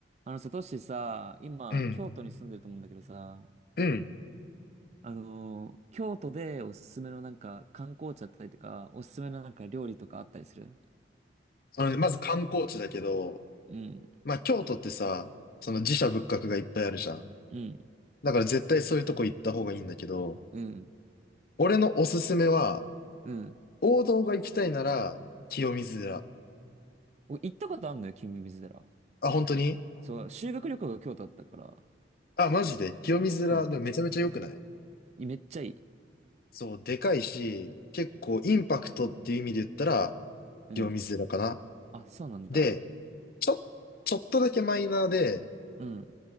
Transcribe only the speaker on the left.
うん。
うん。
あのね、まず観光地だけど、
まあ京都ってさ、その寺社仏閣がいっぱいあるじゃん。
だから絶対そういうとこ行った方がいいんだけど、
俺のおすすめは、
王道が行きたいなら、清水寺。
あ、本当に
あ、マジで清水寺、
でもめちゃめちゃ良くない
そう、でかいし、結構インパクトっていう意味で言ったら、
清水寺かな。
で、ちょ、ちょっとだけマイナーで